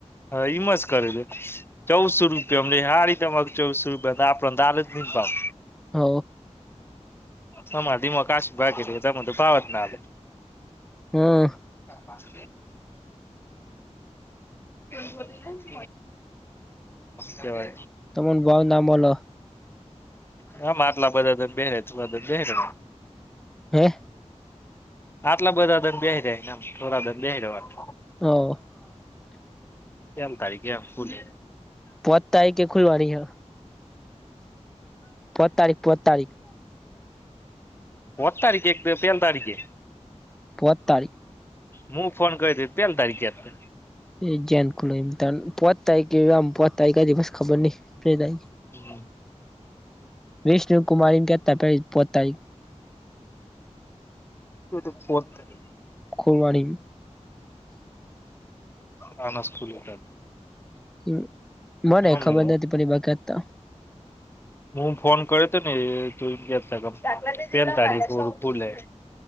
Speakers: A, on the left; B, in the centre.
A: હા ઈમાં જ કરે દે ચૌસો રૂપિયા અમને સ રીતે, ચૌસ બા આપંદા જ ન ભાવ.
B: હ
A: તમારે ધીમા કાશી ભાગી ર તમે તો ભાવ જ ના આવે,
B: હમ
A: પાછ તું તો કેવાય
B: તમને બઉ નામ બોલો.
A: હમ આટલા બધા તમ બેહેને તલાધમ બેહેને
B: હે
A: આટલા બધા દંધ બે જાયને થોડા દંધ બે દેવાનું
B: હ
A: એમ તારીખે આમ ફૂલી
B: પોતાાય કે ખુલવાની હ, પોદ તારીખ પોદ તારીખ.
A: બત તારીખે એક પહેલ તારીખે.
B: પો તારીખ
A: હું ફોન ક પેલાલી તારીખે આપે
B: એજ કો પોત થાય કે, આમ પોત થાય કઈ દિવસ ખબર નંાય
A: હમ
B: વિષ્ણુ કુમારી ક તે પો તારીખ.
A: એ તો પો. <unintelligible>
B: અ અ ખોવાડીન
A: અન <unintelligible>
B: અમ મને
A: હમે
B: ખબર નથી પણ એ <unintelligible>
A: હું ફોન <unintelligible>